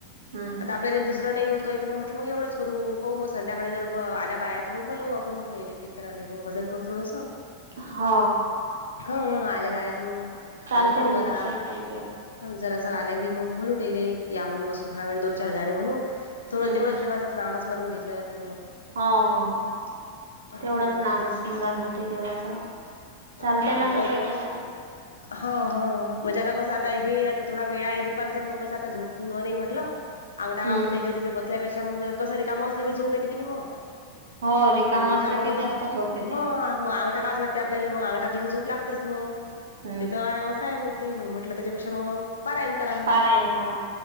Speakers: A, on the right; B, on the left.
A: हम्म
B: आपल्या दुसरं नाही होत काही तर मग म्हटलं मग एवढंच करू मग संध्याकाळी जर आल्या बाया तर मग बोलवु आपण. संध्याकाळी आले तर चल मग भजन करू जरासं.
A: हा
B: ह आल्या बाहेरत मग
A: चालते
B: आता पहू
A: ना
B: आता.
A: तसही चालते
B: जर आले तर की मग म्हणु तेले या म्हणु बसू म्हणे जरासे दोन-चार गाणी म्हणून. तुम्ही
A: हम्म
B: तेव्हा देवाचं नाम स्मरण घेतलेला जाते मग
A: हो हो हो
B: हं,
A: तेवढंच नामस्मरण होते देवाचं. चालते
B: ह
A: ना तसं केलं तर
B: हा हो म्हणजे आता कस आता हे आता थोडा वेळ आहे दु परसात मग कसा झोप आता झोप होणार नाही म्हटलं अंगा का
A: हम्म
B: म्हटल. तिकडे बसल्या पेक्षा मग कसरी काम असलं की झोप येते की नाही मग.
A: हो
B: मंग रिकाम
A: असलं की
B: बसल्या
A: जास्त झोप येते
B: ह मग. टकाच वाटते आपल्याला मग अंगटाकला की झोप लागतेच मग,
A: हम्म
B: ते तर असं आहे मग. ते मग म्हटलं त्याच्यापेक्षा मग पारायन करा मग.
A: पारायण करा